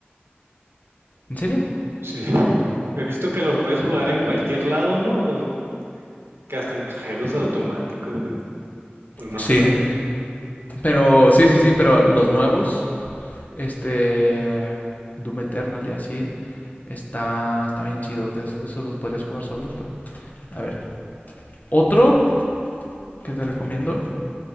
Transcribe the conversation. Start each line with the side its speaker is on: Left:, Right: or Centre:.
Left: ¿En serio?
Right: sí. He visto que los puedes jugar en cualquier lado, ¿no? Que hasta en cajeros automáticos. y- O no
Left: Sí.
Right: son estos.
Left: Pero, sí, sí, sí, pero los nuevos, este, Doom Eternal y así, está, está bien chidotes. Esos los podrías jugar solos, pero... A ver, otro que te recomiendo,